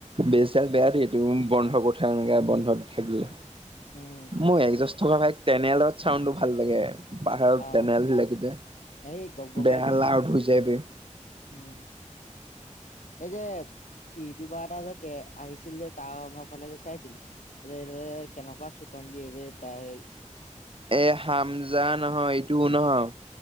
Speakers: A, on the right; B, on the left.
A: বেজডাল বেয়া দিয়ে এইটো ৰুম বন্ধ কঠা এনেকা বন্ধত থাকিলে।
B: উম,
A: মই একজষ্ট। থকা বাইক তেটনেলত চাউণ্ডটো ভাল লাগে। পাহাৰত
B: অ'
A: তেটেনেল বিলাগ যে
B: এই গপগপাই
A: বেয়া
B: দিয়ে।
A: লাৰ্ড হৈ যায় বে।
B: উম, এই যে ইউটিউবাৰ এটা যে আহিছিল যে তাওনৰ ফালে যে চাইছিলি যে এই কেনেকুৱা চুতন দিয়ে বে বাই।
A: এ, হাম যা নহয় এইটোও নহয়